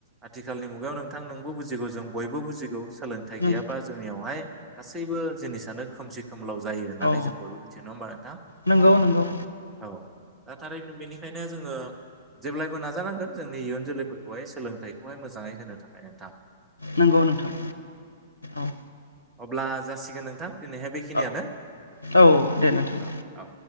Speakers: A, on the right (about 15°); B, on the left (about 80°).
A: आथि खालनि मुगायाव नोंथां नोंबो बुजिगौ जों बयबो बुजिगौ सोलोंथाइ
B: नों
A: गैयाबा जोंनियावहाय गासैबो जिनिसानो खोमसि खोमलाव जायो होननानै
B: औ
A: जों बयबो मिथियो नंङा होमबा नोंथां
B: नंगौ नंगौ
A: औ दा थारैनो बेनिखायनो जोङो जेब्लायबो नाजानांगोन जोंनि इयुन जोलैफोरखौहाय सोलोंथाइखौहाय मोजाङै होनो थाखाय नोंथां
B: नंगौ नोंथां औ
A: अब्ला जासिगोन नोंथां दिनैहाय बेखिनियानो
B: औ औ दे नोंथां
A: औ औ